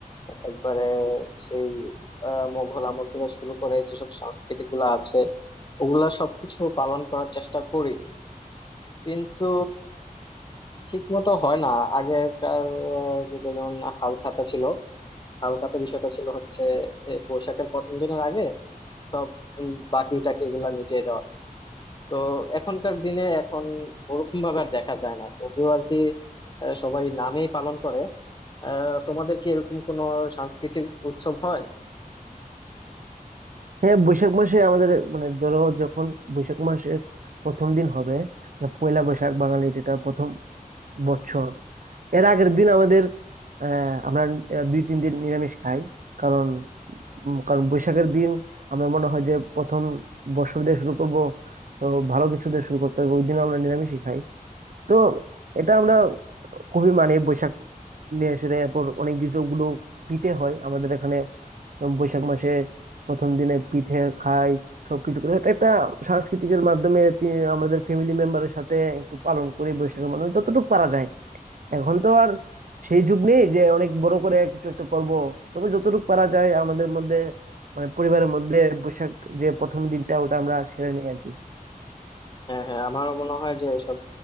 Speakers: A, on the left (about 30°); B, on the right (about 65°).
A: একবারে সেই আহ, মোঘল আমল থেকে শুরু করে যেসব সাংস্কৃতিক গুলা আছে ওগুলা সবকিছু পালন করার চেষ্টা করি কিন্তু ঠিক মতো হয় না আগেকার আহ, যুগে যেমন হাল খাতা ছিল হাল খাতা বিষয়টা ছিল হচ্ছে এ, বৈশাখের প্রথম দিনের আগে সব উম, বাকি টাকি এগুলা মিটিয়ে দেওয়া তো এখনকার দিনে এখন ওরকম ভাবে আর দেখা যায় না যদিও আর কি আহ, সবাই নামেই পালন করে আহ, তোমাদের কি এরকম কোনো সাংস্কৃতিক উৎসব হয়
B: হ্যাঁ বৈশাখ মাসে আমাদের মানে ধরো যখন বৈশাখ মাসের প্রথম দিন হবে মানে পয়লা বৈশাখ বাঙালির এটা প্রথম বছর এর আগের দিন আমাদের আহ আমরা আহ, দুই তিন দিন নিরামিষ খাই কারণ উম, কারণ বৈশাখের দিন আমরা মনে হয় যে প্রথম বর্ষর দিয়ে শুরু করব তো ভালো কিছু দিয়ে শুরু করতে হবে ওই দিন আমরা নিরামিষই খাই তো এটা আমরা খুবই মানে বৈশাখ নিয়ে এসে দেয়। এরপর অনেক কিছু গুলো পিঠে হয় আমাদের এখানে উম বৈশাখ মাসে প্রথম দিনে পিঠে খাই সবকিছু করে এটা একটা সাংস্কৃতিকের মাধ্যমে তি- আমাদের ফ্যামিলি মেম্বারের সাথে একটু পালন করি বৈশাখের মাধ্যমে যতটুকু পারা যায় এখন তো আর সেই যুগ নেই যে অনেক বড় করে কিছু একটা করব তবে যতটুকু পারা যায় আমাদের মধ্যে মানে পরিবারের মধ্যে বৈশাখ যে প্রথম দিনটা ওটা আমরা সেরে নিই আর কি
A: হ্যাঁ হ্যাঁ আমারও মনে হয় যে এসব